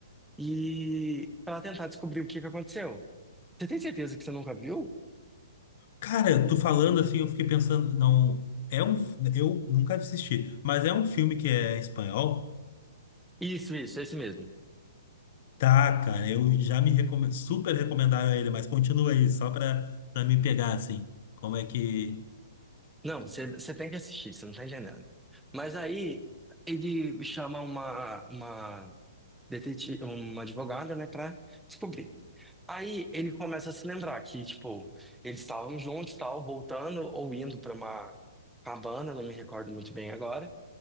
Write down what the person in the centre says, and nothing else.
e ela tentar descobrir o que que aconteceu. Você tem certeza que você nunca viu?
Isso, isso, esse mesmo.
Não, você você tem que assistir, você não tá entendendo. Mas aí ele chama uma, uma detetive, uma advogada, né, pra descobrir. Aí ele começa a se lembrar que, tipo, eles estavam juntos, tal, voltando ou indo pra uma cabana, não me recordo muito bem agora.